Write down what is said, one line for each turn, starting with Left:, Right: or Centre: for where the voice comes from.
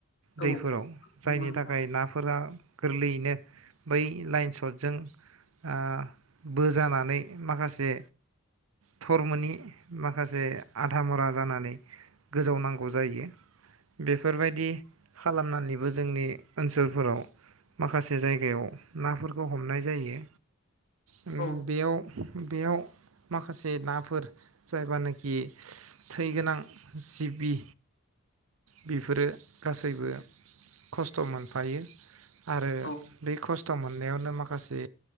Left: औ
Right: दैफोराव
Left: नंगौ
Right: जायनि
Left: नोंथां
Right: थाखाय नाफोरा गोरलैयैनो बै लाइन स'टजों ओ बो जानानै माखासे थरमोनि माखासे आधा मरा जानानै गोजावनांगौ जायो। बेफोरबायदि खालामनानैबो जोंनि ओनसोलफोराव माखासे जायगायाव नाफोरखौ हमनाय जायो। उम
Left: औ
Right: बेयाव बेयाव माखासे नाफोर जायबानाखि थैगोनां जिबि बेफोरो गासैबो खस्थ' मोनफायो आरो
Left: औ
Right: बे खस थ' मोननायावनो माखासे